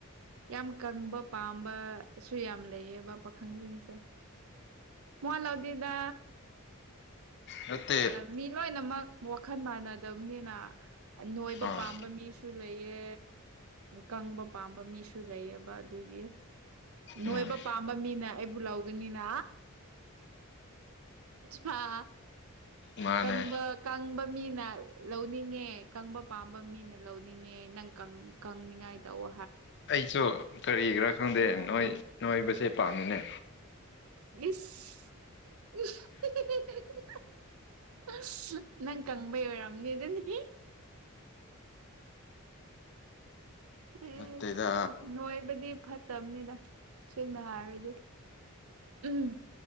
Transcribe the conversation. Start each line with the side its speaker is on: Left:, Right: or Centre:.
Right: ꯌꯥꯝ ꯀꯪꯕ ꯄꯥꯝꯕꯁꯨ ꯌꯥꯝ ꯂꯩꯌꯦꯕ ꯄꯥꯈꯪꯁꯤꯡꯁꯦ ꯃꯉ ꯂꯧꯥꯎꯗꯦꯗ
Left: ꯅꯠꯇꯦ
Right: ꯃꯤ ꯂꯣꯏꯅꯃꯛ ꯋꯥꯈꯜ ꯃꯥꯟꯅꯗꯕꯅꯤꯅ ꯅꯣꯏꯕ
Left: ꯑꯥ
Right: ꯄꯥꯝꯕ ꯃꯤꯁꯨ ꯂꯩ ꯂꯩꯌꯦ ꯀꯪꯕ ꯄꯥꯝꯕ ꯃꯤꯁꯨ ꯂꯩꯑꯕ ꯑꯗꯨꯒꯤ ꯅꯣꯏꯕ
Left: ꯎꯝ
Right: ꯄꯥꯝꯕ ꯃꯤꯅ ꯑꯩꯕꯨ ꯂꯧꯒꯅꯤꯅ ꯍꯥ
Left: ꯃꯥꯅꯦ
Right: ꯀꯪꯝꯕ ꯀꯪꯝꯕ ꯃꯤꯅ ꯂꯧꯅꯤꯡꯉꯦ ꯀꯪꯕ ꯄꯥꯝꯕ ꯃꯤꯅ ꯂꯧꯅꯤꯡꯉꯦ ꯅꯪ ꯀꯪꯅꯤꯡꯉꯥꯏꯗꯑꯣ
Left: ꯑꯩꯁꯨ ꯀꯔꯤ ꯈꯔꯥ ꯈꯪꯗꯦ
Right: ꯌꯥꯒꯦ
Left: ꯅꯣꯏ ꯅꯣꯏꯕꯁꯦ ꯄꯥꯝꯃꯤꯅꯦ
Right: ꯃꯤꯅꯤꯁ ꯑꯁ ꯅꯪ ꯀꯪꯕꯩ ꯑꯣꯏꯔꯝꯅꯤ ꯑꯗꯨꯅꯤ ꯑꯦ
Left: ꯅꯠꯇꯦꯗ
Right: ꯅꯣꯏꯣꯏꯕꯗꯤ ꯐꯠꯇ ꯇꯕꯅꯤꯅ ꯁꯦꯡꯅ ꯍꯥꯏꯥꯔꯣꯏꯗꯤꯦ ꯎꯝ